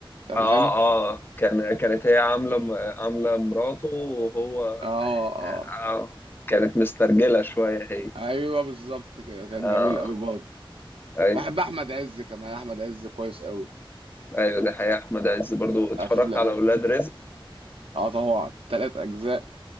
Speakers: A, on the right; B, on the left.
A: تمام
B: اه اه كان كانت هي عاملة عاملة مراته وهو
A: اه اه
B: اه كانت مسترجلة شوية هي
A: ايوه بالظبط كده كان
B: اه
A: جميل قوي برضه
B: ايوه
A: بحب احمد عز كمان احمد عز كويس قوي
B: ايوه ده حقيقة احمد عز برضو اتفرجت
A: افلام
B: على ولاد رزق
A: اه طبعا ثلاث اجزاء